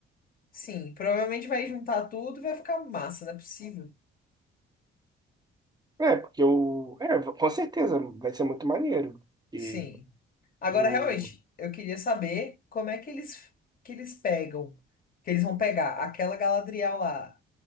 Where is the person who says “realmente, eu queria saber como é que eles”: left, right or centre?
Left